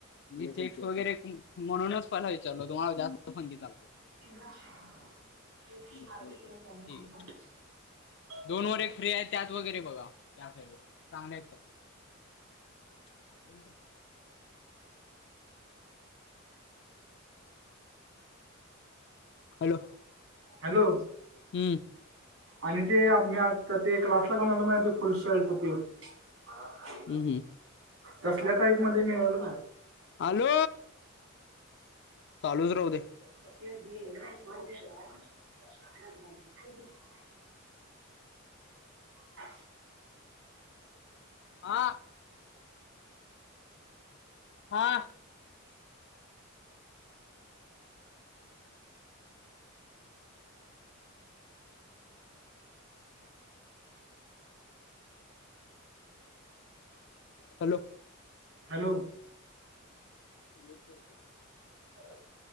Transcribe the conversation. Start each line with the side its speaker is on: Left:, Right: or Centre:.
Left: मी चेक वगैरे उ म्हणूनच पहिला विचारलं तुम्हाला जास्त कोणती चालते.
Right: <unintelligible>
Left: ठीक आहे दोन वर एक फ्री त्यात वगैरे बघा. त्या साईडला चांगले <unintelligible> हॅलो.
Right: हॅलो.
Left: हम्म
Right: आणि ते आपलें आता ते क्लासला घालून आलतो फुल शर्ट ते. हा हा.
Left: हम्म हम्म.
Right: तसल्या टाईप मध्ये मिळेल काय.
Left: आलो. चालूच राहू दे.
Right: <unintelligible> हा.
Left: आ हा. हॅलो.
Right: हॅलो.
Left: <unintelligible>
Right: <unintelligible>